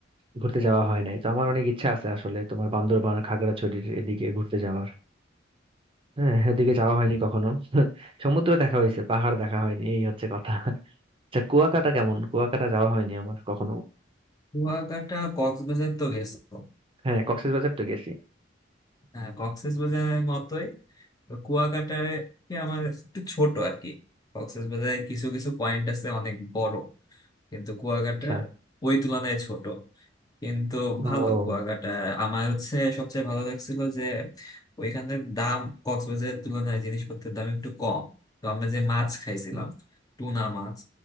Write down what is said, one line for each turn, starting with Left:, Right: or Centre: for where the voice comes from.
Right: ঘুরতে যাওয়া হয় নাই তো আমার অনেক ইচ্ছা আছে আসলে তোমার বান্দরবান খাগড়াছড়ির এদিকে ঘুরতে যাওয়ার হ্যাঁ ওদিকে যাওয়া হয়নি কখনো <laughs> সমুদ্র দেখা হয়েছে পাহাড় দেখা হয়নি এই হচ্ছে কথা <laughs> আচ্ছা কুয়াকাটা কেমন কুয়াকাটা যাওয়া হয়নি আমার কখনো
Left: কুয়াকাটা কক্সবাজার তো গেছো
Right: হ্যাঁ কক্সবাজার তো গেছি
Left: হ্যাঁ কক্সেস বাজারের মতোই তো কুয়াকাটায় কি আমার একটু ছোট আর কি কক্সেস বাজারে কিছু কিছু পয়েন্ট আছে অনেক বড় কিন্তু কুয়াকাটা
Right: আচ্ছা
Left: ওই তুলনায় ছোট কিন্তু
Right: ও
Left: ভালো কুয়াকাটা আমার হচ্ছে সবচেয়ে ভালো লাগছিল যে ওইখানের দাম কক্সবাজারের তুলনায় জিনিসপত্রের দাম একটু কম তো আমরা যে মাছ খাইছিলাম
Right: হুম,
Left: টুনা মাছ